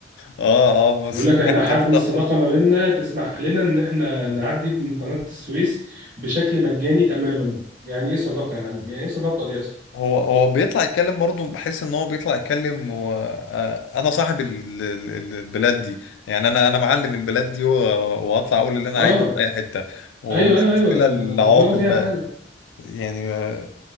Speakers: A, on the left (about 85°); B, on the right (about 45°).
A: اه اه بس
B: يقول لك
A: <laughs> سمعت
B: احنا حجم
A: الخبر
B: الصداقة ما بيننا تسمح لنا ان احنا نعدي من قناة السويس بشكل مجاني تماما يعني ايه صداقة يا معلم يعني ايه صداقة دي اصلا
A: هو هو بيطلع يتكلم برضه بحس ان هو بيطلع يتكلم و... آه، انا صاحب ال- ال- ال- البلاد دي يعني انا انا معلم البلاد دي و... واطلع اقول اللي انا
B: اه
A: عايزه في اي حتة ومش
B: ايوه ايوه
A: مشكلة
B: ايوه ده
A: العواقب
B: ده دماغه فيها
A: بقى
B: حاجة
A: يعني آه،